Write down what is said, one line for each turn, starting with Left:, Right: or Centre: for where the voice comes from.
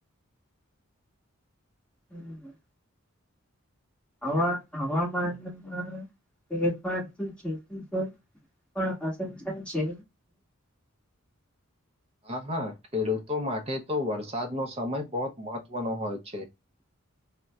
Centre: હમ હ. હવા હવામાનમાં ફેરફારથી ખેતી તો પણ આસર થાય છે
Right: <inaudible> હા હા ખેડૂતો માટે તો વરસાદનો સમય બહુત મહત્વનો હોય છે <inaudible>